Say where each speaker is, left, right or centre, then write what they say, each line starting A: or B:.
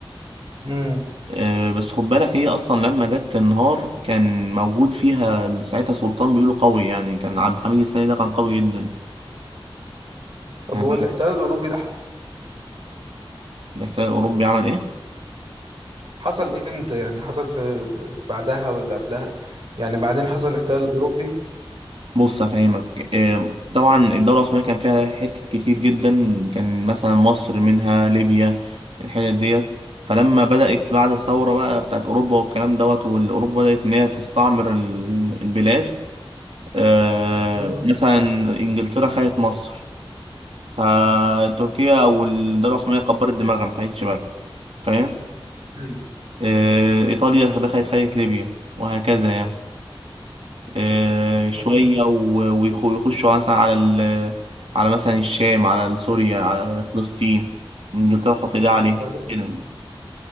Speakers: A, on the right (about 60°); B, on the right (about 85°).
A: مم.
B: آه بس خد بالك هي أصلا لما جت تنهار كان موجود فيها ساعتها سلطان بيقولوا قوي يعني كان عبد الحميد السيد ده كان قوي جدا
A: طب
B: يعني
A: هو الاحتلال الأوروبي ده حصل
B: نحتاج أوروبي عمل إيه؟
A: حصل امتى يعني حصل في بعدها ولا قبلها يعني بعدين حصل الاحتلال الأوروبي
B: بص افهمك آه، طبعا الدوله العثمانيه كان فيها حتت كتير جدا كان مثلا مصر منها ليبيا الحتت ديت فلما بدات بعد الثوره بقى بتاعت اوروبا والكلام دوت والاوروبا بدات ان هي تستعمر ال- البلاد آه،
A: ايوه
B: مثلا انجلترا خدت مصر فتركيا او الدوله العثمانيه كبرت دماغها ما خدتش بالها فاهم
A: ايوه
B: آه، ايطاليا دخلت خدت ليبيا وهكذا يعني آه، شوية
A: حصل
B: و- ويخ- ويخشوا مثلا على ال على مثلا الشام على سوريا على فلسطين انجلترا تحط ايدها عليه
A: احتلال-
B: كده